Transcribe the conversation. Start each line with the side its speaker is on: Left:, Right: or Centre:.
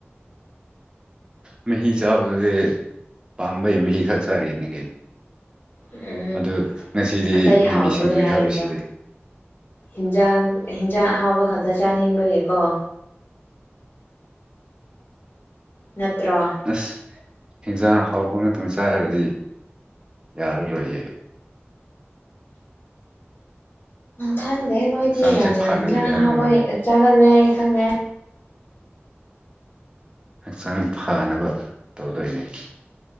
Right: ꯃꯍꯤ ꯆꯥꯕꯗꯨꯗꯤ ꯄꯥꯝꯕꯩ ꯃꯍꯤ ꯈꯛ ꯆꯥꯔꯤꯅꯤ ꯀꯩꯅꯣ
Left: ꯎꯝ
Right: ꯑꯗꯨ ꯉꯁꯤꯗꯤ
Left: ꯑꯇꯩ
Right: ꯃꯤꯃꯤ
Left: ꯍꯥꯎꯗꯕꯒꯤ
Right: ꯁꯤꯡꯖꯨ
Left: ꯍꯥꯏꯔꯒ
Right: ꯌꯥꯎꯔꯤꯁꯤꯗꯤ
Left: ꯍꯤꯟꯖꯥꯡ ꯍꯤꯟꯖꯥꯡ ꯑꯍꯥꯎꯕ ꯈꯛꯇ ꯆꯥꯅꯤꯡꯕꯒꯤꯀꯣ ꯅꯠꯇ꯭ꯔꯣ
Right: ꯑꯁ ꯍꯤꯟꯖꯥꯡ ꯍꯥꯎꯕ ꯉꯥꯛꯇꯪ ꯆꯥꯔꯗꯤ ꯌꯥꯔꯔꯣꯏꯌꯦ
Left: ꯈꯪꯗꯦ ꯅꯣꯏꯗꯤ
Right: ꯍꯛꯆꯥꯡꯁꯦ
Left: ꯌꯥꯝꯅ
Right: ꯐꯅ
Left: ꯍꯤꯟꯖꯥꯡ
Right: ꯂꯩꯍꯟꯅꯕꯅꯦ
Left: ꯑꯍꯥꯎꯕ ꯆꯥꯒꯜꯂꯦ ꯑꯩ ꯈꯪꯉꯦ
Right: ꯍꯛꯆꯥꯡ ꯐꯅꯕ ꯇꯧꯗꯣꯏꯅꯦ